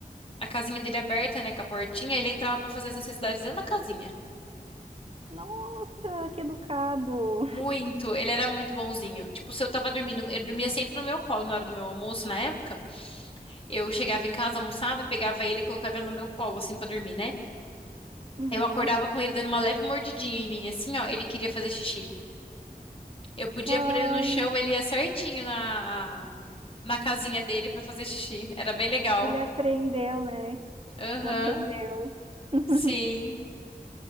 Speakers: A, on the left (about 35°); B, on the right (about 40°).
A: a casinha dele aberta, né, com a portinha, ele entrava pra fazer as necessidades dentro da casinha.
B: Nossa, que educado.
A: Muito, ele era muito bonzinho. Tipo, se eu tava dormindo, ele dormia sempre no meu colo na hora do meu almoço, na época. Eu chegava em casa, almoçava, pegava ele e colocava ele no meu colo, assim, pra dormir, né?
B: Uhum.
A: Eu acordava com ele dando uma leve mordidinha em mim, assim, ó. Ele queria fazer xixi. Eu podia
B: Ai,
A: pôr ele no chão, ele ia certinho na, na casinha dele pra fazer xixi. Era bem legal.
B: ele aprendeu, né?
A: Aham,
B: Aprendeu. <laughs>
A: sim,